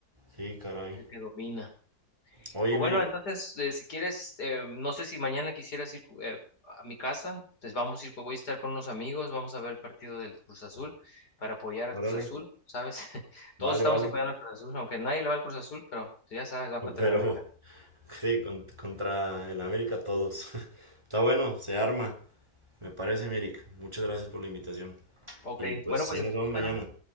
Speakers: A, on the right; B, on the left.
A: Sí, caray.
B: es el que domina.
A: Oye,
B: Pues
A: Mirik,
B: bueno, entonces, eh, si quieres, eh, no sé si mañana quisieras ir eh, a mi casa, pues vamos a ir, voy a estar con unos amigos, vamos a ver el partido del Cruz Azul para apoyar a
A: órale,
B: Cruz Azul, ¿sabes? <laughs> Todos
A: vale,
B: estamos
A: vale.
B: apoyando a Cruz Azul, aunque nadie le va al Cruz Azul, pero pues, ya sabes, va contra
A: Pero
B: el América.
A: <laughs> sí, con- contra el América todos. <laughs> Está bueno, se arma. Me parece, Mirik. Muchas gracias por la invitación.
B: Ok,
A: Y pues
B: bueno, pues
A: ahí
B: entonces
A: nos vemos
B: espero.
A: mañana.